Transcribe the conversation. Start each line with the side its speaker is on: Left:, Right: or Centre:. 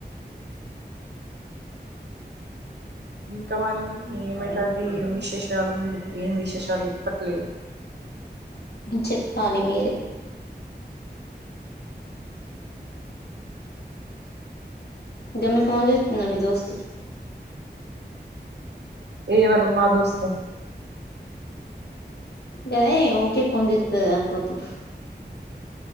Right: ఇంకా మరి ఏమయితాంది, ఏం విశేషాలు మీరు ఏం విశేషాలు చెప్పట్లేదు.
Left: చెప్పాలి మీరే. గామే ఫోన్ చేస్తుందా మీ దోస్తు.
Right: ఎ ఎవరు మా దోస్తు?
Left: గదే ఊకే ఫోన్ జేత్తది గదా అప్పుడుప్పుడు.